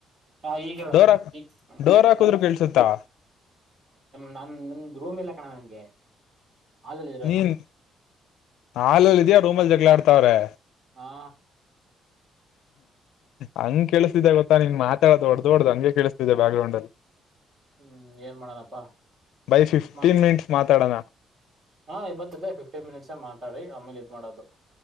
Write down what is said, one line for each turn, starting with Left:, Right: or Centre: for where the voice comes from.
Right: ಹಾ ಈಗ ಹೇಳು
Left: ಡೋರ್ ಹಾಕ್
Right: ಈಗ
Left: ಡೋರ್ ಹಾಕುದ್ರು ಕೇಳ್ಸುತ್ತಾ
Right: ನಾ ರೂಮ್ ಇಲ್ಲ ಕಣ ನಂಗೆ ಹಾಲಲ್ಲಿ ಇರೋದು
Left: ನೀನ್
Right: ನಾನು
Left: ಹಾಲಲ್ಲಿ ಇದೆಯಾ ರೂಮಲ್ ಜಗಳಾ ಆಡ್ತಾವ್ರೆ
Right: ಹಾ
Left: ಹಂಗ್ ಕೆೇಳಿಸ್ತಿದ್ದೆ ಗೊತ್ತಾ ನಿನ್ ಮಾತಾಡೋದು ಹೊಡ್ದ ಹೊಡ್ದ ಹಂಗೆ ಕೇಳಿಸ್ತಿದ್ದ ಬ್ಯಾಗ್ ಗ್ರೌಂಡ್ ಅಲ್ಲಿ
Right: ಹ್ಮ್ ಏನ್ ಮಾಡೋಣಪ್ಪಾ
Left: ಬೈ ಫಿಫ್ಟೀನ್
Right: ಮಾತ್
Left: ಮಿನಿಟ್ಸ್ ಮಾತಾಡೋಣ
Right: ಹಾ ಇವತ್ತ ಫಿಫ್ಟೀನ್ ಮಿನಿಟ್ಸ್ ಮಾತಾಡಿ ಆಮೇಲೆ ಇದ ಮಾಡೋದು